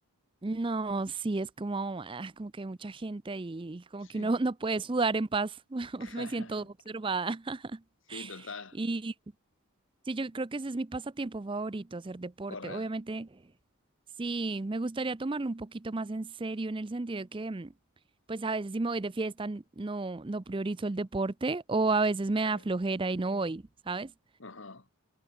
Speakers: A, on the right; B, on the left.
A: No, sí, es como, ah, como que hay mucha gente ahí, como
B: Sí.
A: que uno <laughs> no puede sudar en paz, <laughs>
B: <laughs>
A: me siento observada. <laughs>
B: Sí, total.
A: y Sí, yo creo que ese es mi pasatiempo favorito, hacer deporte.
B: Correr.
A: Obviamente, sí, me gustaría tomarlo un poquito más en serio en el sentido de que, mm, pues a veces si me voy de fiesta n- no, no priorizo el deporte o a veces
B: Ok.
A: me da flojera y no voy, ¿sabes?
B: Ajá.